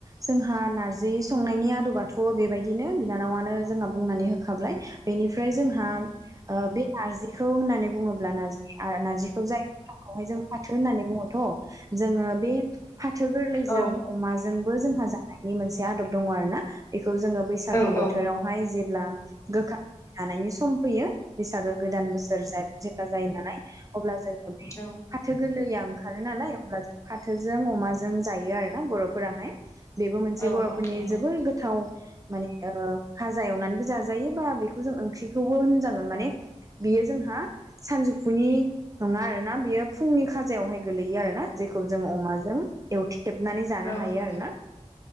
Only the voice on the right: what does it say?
जोंहा नारजि संनायनि आदबाथ बेबायदिनो बिनानावानो जोंहा- बुंनानै होखाबाय बेनि ओमफ्राय जोंहा ओ बे नारजिखौ होननानै बुंङोब्लाारज नारजिखौ जायखौहाय जों फाथो होननानै बुङोथ जोंङो बे फाथो जों
अमाजोंबो जोंहा जानायनि मोनसे आदब दंङ आरोना बे बेखौ जोंङो बैसागु
बोथोरावहाय
जेब्ला गोखा जानायनि सम फैयो बैसागो गोदान बोसोर जेब्ला जायो नालाय अब्ला जोंङो बे
फाथो गोरलैयाव ओंखारो नालाय अब्ला जों फाथोजों अमाजों जायो आरो ना बर हाय बेबो मोनसे
बरफोरनि
जोबोर गोथाव माने खाजा एवनानैबो जाजायो बा बेखौ जों ओंख्रिखौबो होनजागोन माने बियो जोंहा सानजौफुनि नङा आरोना बेयो फुंनि खाजायावहाय गोलैयो आरो ना जेखौ जोंङ अमाजों एवथे गबनानै जानो
हायो
आरो ना।